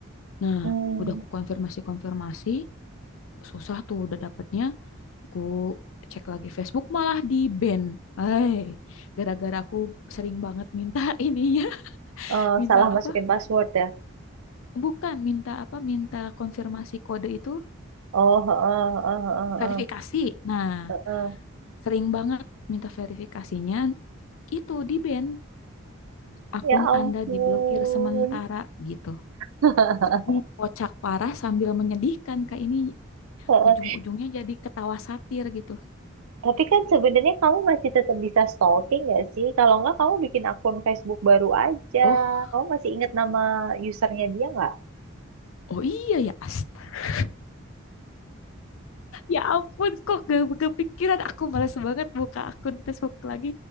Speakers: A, on the left; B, on the right.
A: Nah,
B: mm.
A: udah ku konfirmasi-konfirmasi, susah tuh udah dapetnya. Ku cek lagi Facebook malah di ban. Hai, gara-gara aku sering banget minta ininya, <laughs>
B: Eh,
A: minta
B: salah masukin
A: apa?
B: password ya.
A: Bukan, minta apa? Minta konfirmasi kode itu
B: Oh, heeh, heeh, heeh,
A: verifikasi.
B: heeh,
A: Nah,
B: heeh.
A: sering banget minta verifikasinya itu di ban. Akun
B: Ya ampun.
A: Anda diblokir sementara gitu.
B: <laughs>
A: Ini kocak parah sambil menyedihkan Kak ini
B: Heeh.
A: ujung-ujungnya jadi ketawa satir gitu.
B: Tapi kan sebenarnya kamu masih tetap bisa stalking nggak sih? Kalau nggak kamu bikin akun Facebook baru aja.
A: Oh,
B: Kamu masih ingat nama usernya dia nggak?
A: oh iya ya. Astaga. Ya ampun kok gak kepikiran aku malas banget buka akun Facebook lagi.